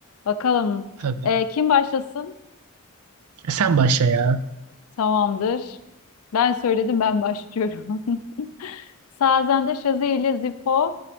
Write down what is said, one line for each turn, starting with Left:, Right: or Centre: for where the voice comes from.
Left: Bakalım.
Right: Tabii.
Left: Ee, kim başlasın?
Right: E sen başla ya.
Left: Tamamdır. Ben söyledim ben başlıyorum. <laughs> Sazende Şazi ile Zifo,